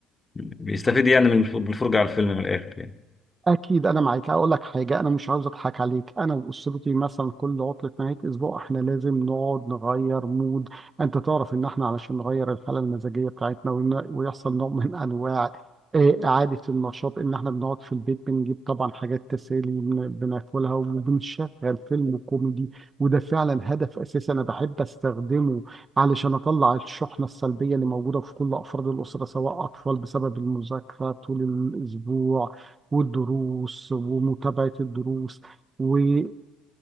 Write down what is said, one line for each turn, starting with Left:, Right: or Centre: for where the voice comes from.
Left: بيستفيد يعني من الف- بالفرجة على الفيلم من الاخر يعني
Right: اكيد انا معاك اقول لك حاجه انا مش عاوز اضحك عليك انا واسرتي مثلا كل عطله نهايه اسبوع احنا لازم نقعد نغير مود انت تعرف ان احنا علشان نغير الحاله المزاجيه بتاعتنا ون- ويحصل نوع من انواع آه، اعاده النشاط ان احنا بنقعد في البيت بنجيب طبعا حاجات تسالي بن- بناكلها وبنشغل فيلم كوميدي وده فعلا هدف اساسي انا بحب استخدمه علشان اطلع الشحنه السلبيه اللي موجوده في كل افراد الاسره سواء اطفال بسبب المذاكره طول الاسبوع والدروس ومتابعة الدروس وبرضه